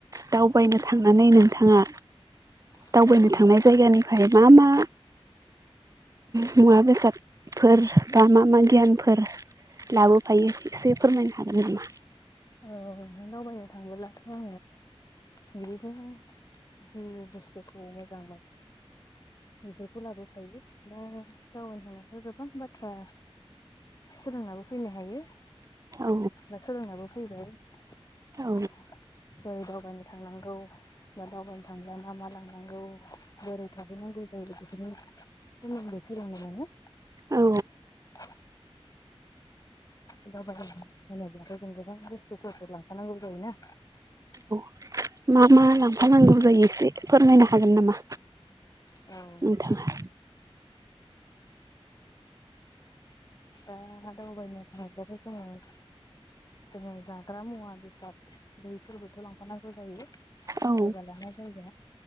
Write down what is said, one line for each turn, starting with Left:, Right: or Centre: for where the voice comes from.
Right: दावबायनो थांनानै नोंथाङा
Left: आं
Right: दावबायनो
Left: औ नोंथां
Right: थांनाय जायगानिफ्राय मा मा मुवा बेसाद फोर बा मा मा गियानफोर लाबोफायो एसे फोरमायनो हागोन नामा?
Left: औ नों दावबायनो थांबोलाथ' आङो बिनो जि बुस्थुखौ मोजां मोनो बेफोरखौ लाबोफायो दा दावबायनो थांनायाथ' गोबां बाथ्रा सोलोंनाबो फैनो हायो
Right: औ
Left: बा सोलोंनाबो फैबाय ज
Right: औ
Left: दावबायनो थांनांगौ बा दावबायनो थांब्ला ना मा लानांगौ बोरै थाहैनांगौ जायो बेखौनो सोनोंदै सोलोंनो मोनो।
Right: औ
Left: <unintelligible> फ बुस्थुफोरखौ लांफानांगौ जायोना
Right: औ मा मा लांफानांगौ जायो एसे फोरमायनो हागोन नामा?
Left: दा
Right: नोंथांआ
Left: दा हब मथ जाब जोङो जाग्रा मुवा बेसाद दैफोरबोथ' लांफानांगौ जायो। जायगा
Right: औ
Left: लाना जायग